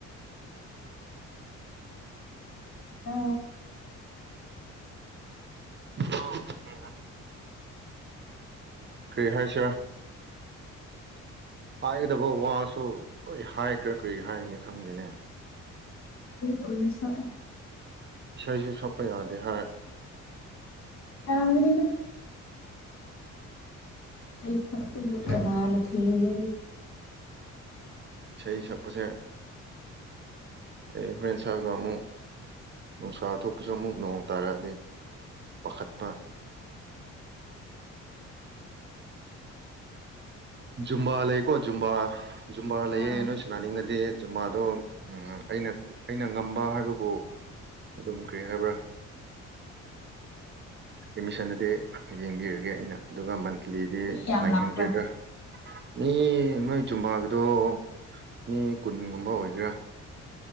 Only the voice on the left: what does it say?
ꯑ
ꯑꯣꯏꯅ ꯁꯛꯑꯣ
ꯑꯔꯝꯒꯗꯤꯅ ꯑꯩꯁꯇꯅꯥ
ꯅ ꯊꯅꯤꯡꯒꯦ
ꯑꯥ
ꯃꯤ ꯌꯥꯝ
ꯂꯥꯛꯄ꯭ꯔꯥ